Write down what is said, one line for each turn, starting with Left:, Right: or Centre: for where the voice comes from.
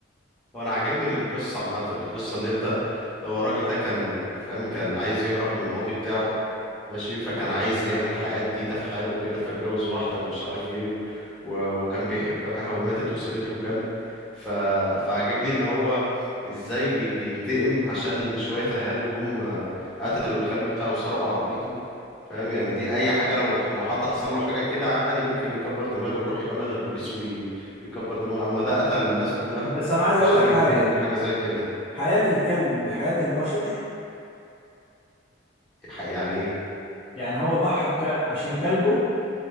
Centre: وانا عاجبني القصة عامة القصة ان انت هو الراجل ده كان فاهم كان عايز يهرب من الماضي بتاعه ماشي فكان عايز يعمل حياة جديدة في حاله وكده فاتجوز واحدة ومش عارف ايه و... و... وكان بيحبها وماتت وسابت له كلب ف... فعجبني ان هو ازاي بي... بينتقم عشان شوية عيال جم قتلوا الكلب بتاعه وسرقوا عربيته فاهم يعني دي اي حاجة لو لو حد حصل له حاجة كده عادي ممكن يكبر دماغه ويروح يبلغ البوليس ويكبر وي... يكبر دماغه اما ده قتل الناس كلها
Left: بس أنا عايز أقولك
Centre: عشان ينتقم
Left: حاجة
Centre: لحاجة زي كده
Left: حياة الكلب بحياة البشر
Centre: ح- يعني ايه
Left: يعني هو ضحى بك... عشان كلبه